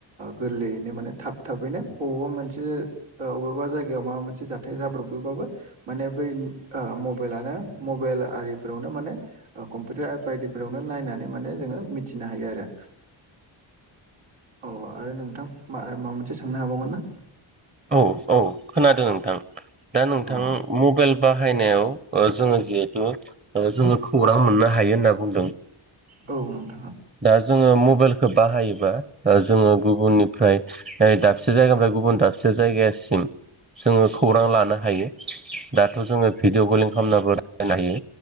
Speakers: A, on the right; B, on the right.
A: गोरलैयैनो माने थाबनो थाबैनो बबेवबा मोनसे अबेबा जायगायाव माबा मोनसे जाथाय जाब्रबदोबाबो माने बै ओ मबाइल आरिावनो माने कम्पिउटार बायदिफोरावनो नायनानै मान जोङो मिथिनो हायो आरो।
B: <inaudible>
A: अ आरो नोंथां माबा मोनसे सोंनो हाबावगोन ना?
B: औ औ खोनादों नोंथां दा नोंथां
A: अ
B: मबाइल बाहायनायाव ओ जोङो जिहेथु ओ जोङो खौरां मोननो हायो होनना बुंदों।
A: औ औ।
B: दा जोङो मबाइलखौ बाहायोबा जोङो गुबुननिफ्राय दाबसे जायगानिफ्राय गुबुन दाबसे जायगासिम जोङो खौरां लानो हायो दाथ' जोङो भिडिअ' कलिं खामनाबो हायो